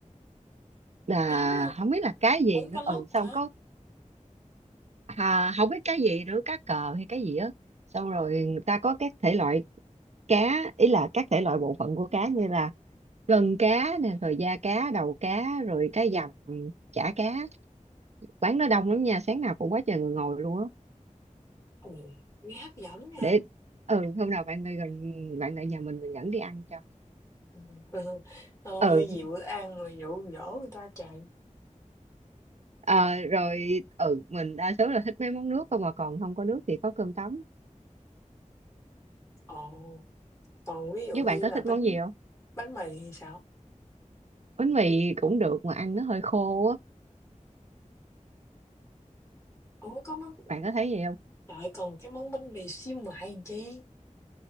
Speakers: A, on the right; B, on the left.
A: là
B: Cá hả?
A: không biết là cái gì
B: Bún
A: nữa
B: cá lóc
A: ừ xong
B: hả?
A: có à, không biết cái gì nữa cá cờ hay cái gì á xong rồi người ta có các thể loại cá ý là các thể loại bộ phận của cá như là gân cá nè rồi da cá đầu cá rồi cái dầm chả cá quán nó đông lắm nha sáng nào cũng quá trời người ngồi luôn á
B: Ừ, nghe hấp dẫn nha.
A: để ừ hôm nào bạn lại gần bạn lại nhà mình mình dẫn đi ăn cho
B: <laughs> Thôi,
A: ừ
B: gì bữa ăn mà dụ dỗ người ta chạy.
A: à, rồi ừ mình đa số là thích mấy món nước không mà còn không có nước thì có cơm tấm
B: Ồ, còn ví dụ
A: nếu
B: như
A: bạn có
B: là
A: thích món
B: bánh
A: gì không
B: bánh mì thì sao?
A: bánh mì cũng được mà ăn nó hơi khô á
B: Ủa, có món
A: bạn có thấy vậy không
B: trời còn cái món bánh mì xíu mại làm chi?